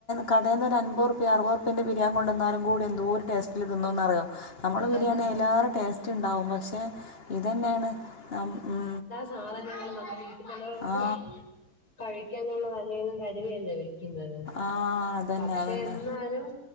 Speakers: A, on the left; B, on the left.
A: കടെന്ന് ഒരു അമ്പപത്റുപ്പ്യ അറുപറുപ്പ്യന്റെ ബിരിയാം കൊണ്ടുവന്നാലും കൂടെ എന്തോ ഒരു ടെസ്റ്റിൽ തിന്നുന്നറിയോ നമ്മളെ ബിരിയാണി
B: അതാ
A: ആയിലേറെ ടേസ്റ്റ് ഉണ്ടാവും പക്ഷേ ഇത് തന്നെയാണ് നാ ഉം
B: സാധങ്ങള് നമ്മുടെ വീട്ടിലുള്ളവർക്ക്
A: ആ
B: കഴിക്കാനുള്ളതല്ലെന്ന് കരുവിയല്ല വെയ് ക്കുന്നത്
A: ആ അതന്നെ
B: പക്ഷെ
A: അതന്നെ
B: എന്നാലും